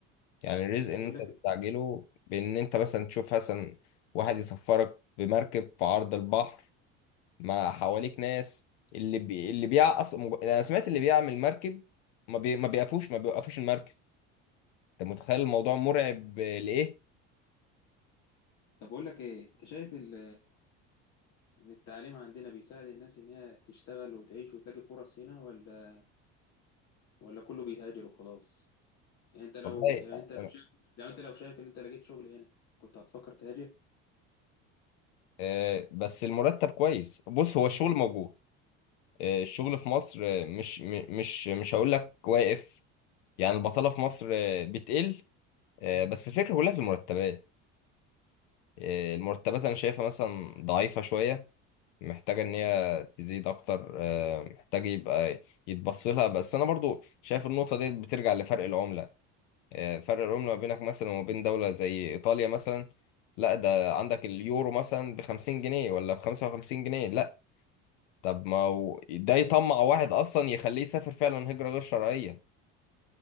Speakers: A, on the left (about 80°); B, on the left (about 60°).
A: يعني الرزق ان
B: بقول
A: انت
B: لك
A: تستعجله بان انت مثلا تشوف مثلا واحد يسفرك بمركب في عرض البحر مع حواليك ناس اللي بي... اللي بيع أص... مج- انا سمعت اللي بيعمل مركب ما بي... ما بيقفوش ما بيوقفوش المركب انت متخيل الموضوع مرعب آه، لايه
B: طب بقول لك ايه انت شايف ال- ان التعليم عندنا بيساعد الناس ان هي تشتغل وتعيش وتلاقي فرص هنا ولا ولا كله بيهاجر وخلاص يعني انت لو
A: والله
B: يعني
A: آه،
B: انت لو شايف يعني انت لو شايف ان انت لقيت شغل هنا كنت هتفكر تهاجر
A: آه، بس المرتب كويس بص هو الشغل موجود آه، الشغل في مصر آه، مش م- مش مش هقول لك واقف يعني البطالة في مصر آه، بتقل آه، بس الفكرة كلها في المرتبات آه، المرتبات انا شايفها مثلا ضعيفة شوية محتاجة ان هي تزيد اكتر آه، محتاج يبقى يتبص لها بس انا برضو شايف النقطة دي بترجع لفرق العملة آه، فرق العملة ما بينك مثلا وما بين دولة زي ايطاليا مثلا لا ده عندك اليورو مثلا ب 50 جنيه ولا ب 55 جنيه لا طب ما هو ده يطمع واحد اصلا يخليه يسافر فعلا هجرة غير شرعية